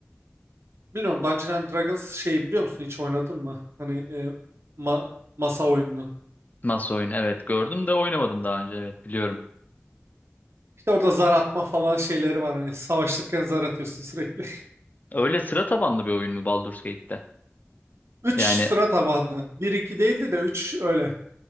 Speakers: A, on the right (about 65°); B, on the left (about 35°).
A: bilmiyorum Dungeons and Dragons şeyi biliyor musun hiç oynadın mı? Hani e, ma- masa oyununu.
B: Masa oyunu evet gördüm de oynamadım daha önce evet biliyorum.
A: İşte orada zar atma falan şeyleri var hani savaşırken zar atıyorsun sürekli.
B: Öyle sıra tabanlı bir oyun mu Baldur's Gate'te?
A: <laughs> üç
B: Yani
A: sıra tabanlı. bir iki değildi de 3 öyle.